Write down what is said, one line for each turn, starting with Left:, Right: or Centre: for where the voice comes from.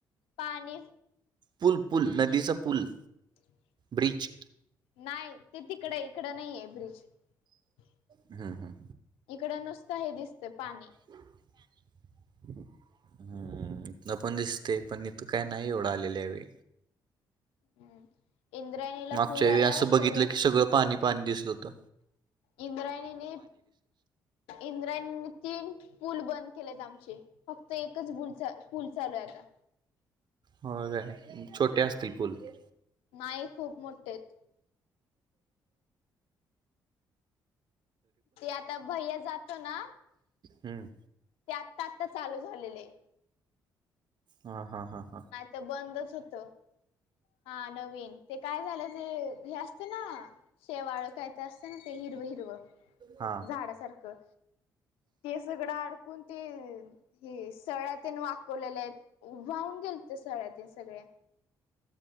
Left: पाणी
Right: पुल पुल नदीचां पुल
Left: <inaudible>
Right: ब्रिज
Left: नाही ते तिकडय इकडं नाहीये बजं
Right: हम्म, हम्म.
Left: इकडं नुसतं हे दिसतं पाणी
Right: हम्मं हं हम्मं इथं नां पणं दिसते पणं इथं कायं नाहीं एवढं आलेल्या आहे
Left: हम्मं इंद्रायणीला
Right: मागच्या
Left: पूरं
Right: वेळी
Left: आंला
Right: असं बघितलं
Left: सगळं
Right: की सगळं पाणी पाणी दिसलतं
Left: इंद्रायणीने इंद्राणीने तीन पूलं बंद केलेत आमचे फक्तं एकचं भुलचं पूलं चालूं आहे आंता
Right: होयं कायं छोटे असतील पूलं
Left: नाहीं खूंप मोठेेयेतं ते आंता भैया जातो नां
Right: हम्मं
Left: ते आंत्ता आंत्ता चालूं झालेले.
Right: हां, हां, हां.
Left: नाहीं तरं बंदचं होतं. हां नवीन ते कायं झालं ते हे असतं नां शेवाळं कायं कायं असतयं नां ते हिरवं हिरवं
Right: हा
Left: झाडांसारखं ते सगळं अडकूंन ते हे सळ्यां तेन वाकवलेल्या आहेतं वाहूंन गेलत्यां सळ्यां तेनं सगळ्यां